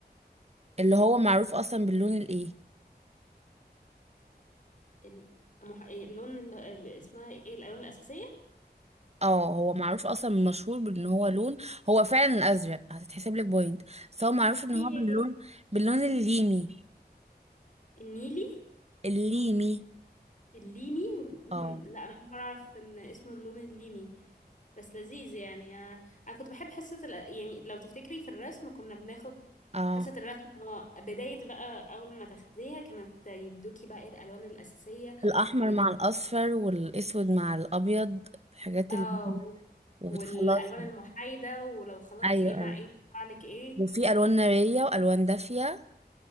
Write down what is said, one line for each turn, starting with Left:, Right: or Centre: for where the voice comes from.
Right: اللي هو معروف أصلا باللون الإيه
Left: ال- المح... اللون اللي اسمها ايه الألوان الأساسية
Right: اه هو معروف اصلا مشهور بان هو لون هو فعلا الازرق هتتحسب لك بوينت بس هو معروف ان
Left: ياه
Right: هو باللون باللون الليمي
Left: النيلي
Right: الليمي
Left: الليمي مم.
Right: اه
Left: لا انا اول مره اعرف ان اسمه اللون الليمي بس لذيذ يعني انا انا كنت بحب حصه ال... يعني لو تفتكري في الرسم كنا بناخد
Right: اه
Left: حصه الرسم اه بدايه بقى اول ما تاخديها كانت يدوكي بقى إيه الالوان الاساسيه
Right: الأحمر
Left: وال
Right: مع الأصفر والأسود مع الأبيض الحاجات
Left: اه
Right: اللي
Left: و-
Right: وبتخلص
Left: والالوان المحايده ولو خلطتي
Right: أيوة
Left: ايه مع
Right: أيوة
Left: ايه يطلع لك ايه
Right: وفي ألوان نارية وألوان دافية